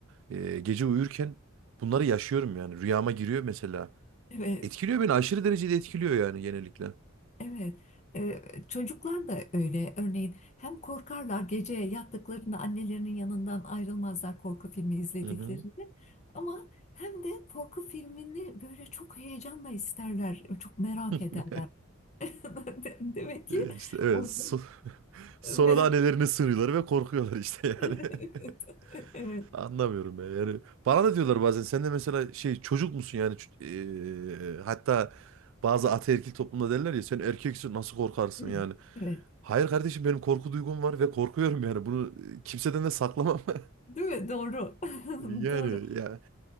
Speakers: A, on the right; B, on the left.
A: e, gece uyurken bunları yaşıyorum yani rüyama giriyor mesela.
B: Evet,
A: Etkiliyor beni aşırı derecede etkiliyor yani genellikle.
B: evet. Ee, çocuklar da öyle. Örneğin hem korkarlar gece yattıklarında annelerinin yanından ayrılmazlar korku filmi izlediklerinde.
A: Hı hı.
B: Ama hem de korku filmini böyle çok heyecanla isterler, çok merak
A: <laughs>
B: ederler. <laughs> Demek ki
A: E, İşte evet
B: orada
A: so- <laughs> sonra
B: Merak.
A: da annelerine sığınıyorlar ve korkuyorlar işte
B: <laughs>
A: yani. <laughs>
B: Evet.
A: Anlamıyorum ya. Yani bana da diyorlar bazen sen de mesela şey çocuk musun yani Ç- eee, hatta bazı ataerkil toplumda derler ya sen erkeksin nasıl korkarsın
B: Evet.
A: yani.
B: Evet.
A: Hayır kardeşim benim korku duygum var ve korkuyorum yani bunu e, kimseden de saklamam. <laughs>
B: Değil mi? Doğru. <laughs>
A: Yani
B: Doğru.
A: ya